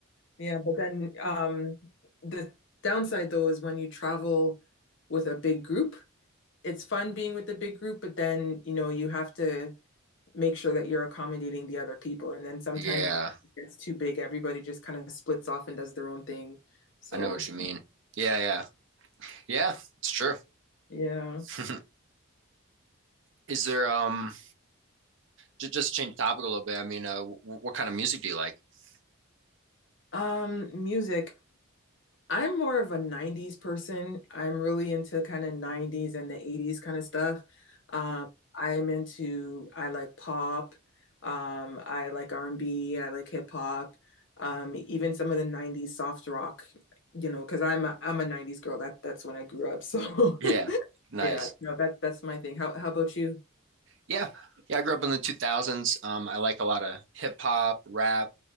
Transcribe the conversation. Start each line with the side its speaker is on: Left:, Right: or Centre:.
Left: yeah, but then um, the downside though is when you travel with a big group, it's fun being with the big group, but then you know you have to make sure that you're accommodating the other people. And then sometimes
Right: Yeah,
Left: it gets too big. Everybody just kind of splits off and does their own thing. So,
Right: I know what you mean. Yeah, yeah. Yeah, it's true.
Left: yeah.
Right: <laughs> Is there um just just to change the topic a little bit? I mean, uh, w what kind of music do you like? <laughs>
Left: Um, music. I'm more of a 90s person. I'm really into kind of 90s and the 80s kind of stuff. Um, I'm into, I like pop. Um, I like r and B. I like hip hop. Um, even some of the 90s soft rock, you know, because I'm a, I'm a 90s girl. That that's when I grew up. So
Right: Yeah.
Left: <laughs>
Right: Nice.
Left: Yeah, no, that that's my thing. How how about you?
Right: Yeah. Yeah, I grew up in the 2000s. Um, I like a lot of hip hop, rap,